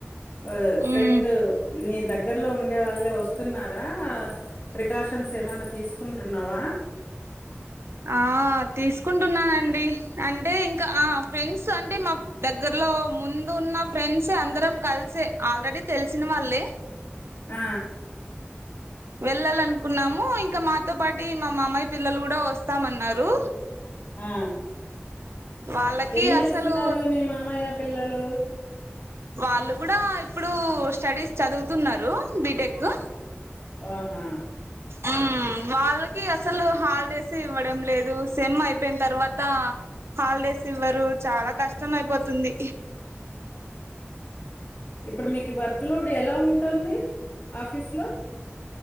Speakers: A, on the left; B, on the right.
A: ఆ ఫ్రెండు
B: ఉమ్
A: నీ దగ్గర్లో ఉండే వాళ్ళే వస్తున్నారా ప్రికాషన్స్ ఏమన్నా తీస్ కుంటున్నావా
B: ఆ తీసుకుంటున్నానండి అంటే ఇంకా ఆ ఫ్రెండ్సు అంటే మా దగ్గర్లో ముందు ఉన్న ఫ్రెండ్సే అందరం కల్సే ఆల్రెడీ తెల్సిన వాళ్ళే
A: ఆ
B: వెళ్ళాలనుకున్నాము ఇంక మాతో పాటి మ మామయ్య పిల్లలు గుడా వస్తామన్నారు
A: ఆ!
B: వాళ్ళకి
A: ఏం జేస్తున్నారు
B: అసలు
A: మీ మామయ్య పిల్లలు
B: వాళ్ళు గుడా ఇప్పుడూ స్టడీస్ చదువుతున్నారు బీటెక్కు
A: వాహా
B: ఊ వాళ్ళకి అసలు హాలిడేసే ఇవ్వడం లేదు సెమ్మైపైన్ తర్వాత హాల్డే స్ ఇవ్వరు చాలా కష్టమైపోతుంది
A: ఇబ్బుడు మీకు వర్క్ లూడ్ ఎలా ఉంటుంది ఆఫీస్ లో